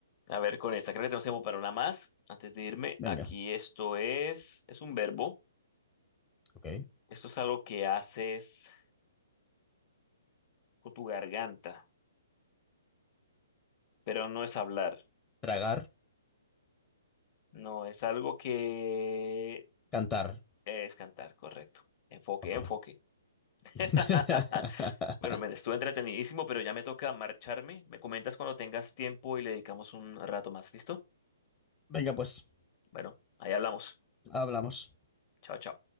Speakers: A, on the left; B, on the left.
A: A ver, con esta, creo que tenemos tiempo para una más. Antes de irme,
B: Venga.
A: aquí esto es, es un verbo.
B: Ok.
A: Esto es algo que haces con tu garganta, pero no es hablar.
B: Tragar,
A: No, es algo que
B: cantar.
A: es cantar, correcto. Enfoque,
B: Ok.
A: enfoque. <laughs>
B: <laughs>
A: Bueno, men, estuvo entretenidísimo, pero ya me toca marcharme. Me comentas cuando tengas tiempo y le dedicamos un rato más. ¿Listo?
B: Venga, pues,
A: Bueno, ahí hablamos.
B: hablamos.
A: Chao, chao.